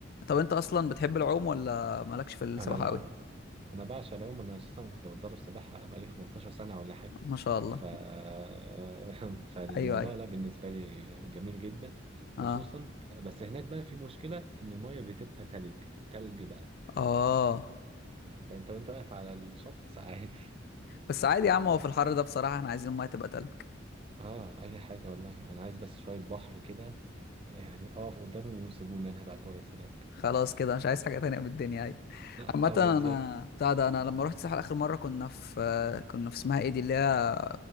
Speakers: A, on the left; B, on the right.
A: طب انت اصلا بتحب العوم ولا مالكش في السباحه
B: انا بقى
A: قوي
B: انا بعشق العوم انا اساسا كنت بتدرب سباحه بقالي 15 سنه ولا حاجه
A: ما شاء الله
B: ف <laughs>
A: <laughs>
B: فالموضوع
A: ايوه ايوه
B: ده بالنسبه لي جميل جدا
A: اه
B: خصوصا بس هناك بقى في مشكله ان الميه بتبقى تلج تلج بقى
A: اه
B: انت انت وانت واقف على الشط ساعات <laughs>
A: بس عادي يا عم هو في الحر ده بصراحه احنا عايزين الميه تبقى تلج
B: اه اي حاجه والله انا عايز بس شويه بحر كده يعني اقف قدامه وسيبوني انا هبقى كويس هناك
A: خلاص كده مش عايز حاجه تانية من الدنيا عادي
B: <laughs> اه
A: عامه
B: آه،
A: انا
B: بالظبط
A: بتاع ده انا لما رحت الساحل اخر مره كنا في كنا في اسمها ايه دي اللي هي